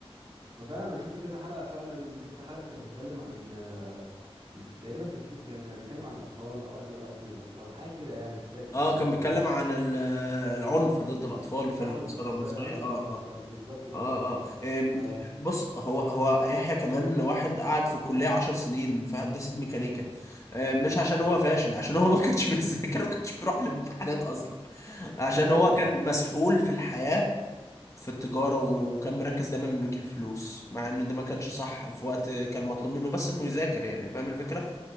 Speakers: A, on the right (about 45°); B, on the left (about 30°).
A: وفعلا انا شفت كذا حلقة فعلا شفت حلقة كان بيتكلم عن آه، مش تقريبا كانت فيك كان كان بيتكلم عن الاطفال او قتل قتل الاطفال حاجة كده يعني مش فاكر
B: اه
A: كان بيتكلم
B: كان بيتكلم
A: عن ايه
B: عن ال- العنف ضد الأطفال في
A: العنف
B: الأسرة
A: بالظبط
B: المصرية
A: العنف
B: اه
A: ضد
B: اه
A: الاطفال بالظبط كده
B: اه اه آم،
A: ف...
B: بص هو هو يحيى كمان واحد قعد في الكلية عشر سنين في هندسة ميكانيكا آم، مش عشان هو فاشل عشان هو ما كانش <laughs> بيذاكر وما كانش بيروح الامتحانات أصلا عشان
A: وكان بيشتغل
B: هو كان مسحول في الحياة في التجارة وانه كان مركز دايما انه يجيب فلوس مع انه ده ما كانش صح في وقت كان مطلوب منه بس انه يذاكر يعني فاهم الفكرة